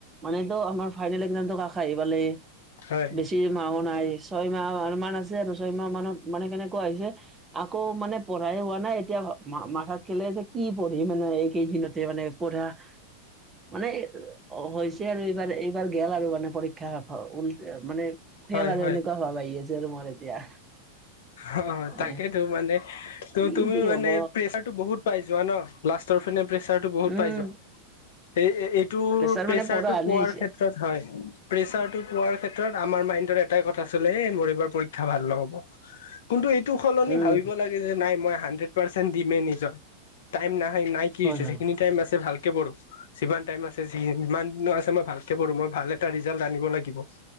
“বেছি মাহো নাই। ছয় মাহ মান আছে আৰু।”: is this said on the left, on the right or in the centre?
Right